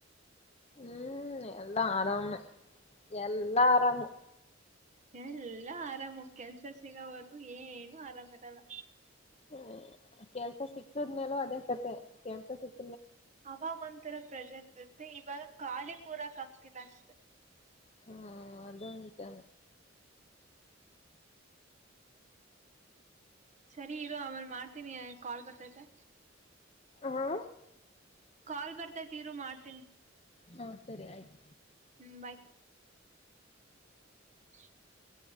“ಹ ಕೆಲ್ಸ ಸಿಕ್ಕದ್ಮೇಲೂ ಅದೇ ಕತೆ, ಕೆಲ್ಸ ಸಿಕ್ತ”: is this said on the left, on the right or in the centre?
Left